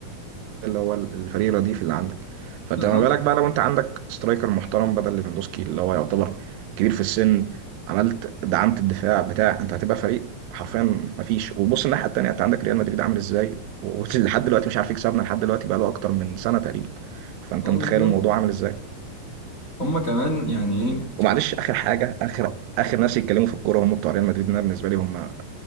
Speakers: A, on the right; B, on the left.
A: اللي هو الفريق الرديف اللي عندك فانت
B: بالظبط
A: ما بالك بقى لو انت عندك سترايكر محترم بدل ليفاندوسكي اللي هو يعتبر كبير في السن عملت دعمت الدفاع بتاع انت هتبقى فريق حرفيا ما فيش وبص الناحيه التانيه انت عندك ريال مدريد عامل ازاي ولحد دلوقتي مش عارف يكسبنا لحد دلوقتي بقى له اكتر من سنه تقريبا فانت
B: اه
A: متخيل
B: بالظبط
A: الموضوع عامل ازاي
B: هما كمان يعني ايه
A: ومعلش اخر حاجه اخر اخر ناس يتكلموا في الكوره هم بتوع ريال مدريد انا بالنسبه لي هم